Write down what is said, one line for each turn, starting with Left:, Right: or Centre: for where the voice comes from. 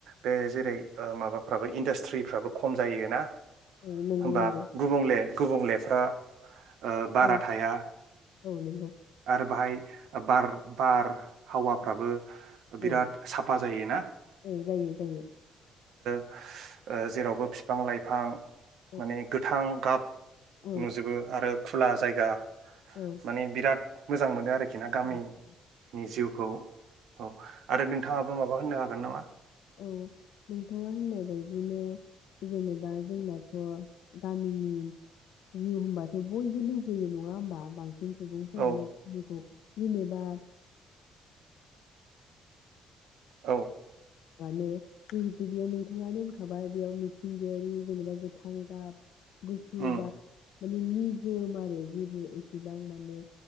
Right: बे जेरै ओ माबा फाबो इनडास्ट्रिफ्राबो खम जायोना।
Left: औ नंगौ
Right: होमबा
Left: नंगौ
Right: गुबुंले गुबुंलेफ्रा ओ बारा
Left: औ
Right: थाया
Left: औ नंगौ
Right: आरो बाहाय बार बार हावाफ्राबो बिराद
Left: औ
Right: साब ना
Left: औ जायो जायो।
Right: ओ‌ जेरावबो बिफां लाइफां
Left: औ
Right: माने गोथां गाब
Left: औ
Right: <inaudible> नुजोबो आरो खुला जायगा
Left: औ
Right: माने बिराद मोजां मोनो आरोखि ना गामिनि
Left: औ
Right: जिउखौ औ आरो नों नोंथाङाबो माबा होननो हागोन नामा
Left: औ नोंथाङा होननाय बायदिनो जेनेबा जोंनाथ' गामिनि जिउ होनबाथ' बयबो लुगैयो नङा होमबा बांस सिन सुबुंफोरानो
Right: औ
Left: बिदिखौ। जेनिबा
Right: औ।
Left: मानो जिहेथु बेयाव नोंथाङानो होनखाबाय बेयाव मिथिंगायारि जेनेबा गोथां गाब गुसु
Right: उम
Left: बा माने निजोम आरो जेबो एसेबां माने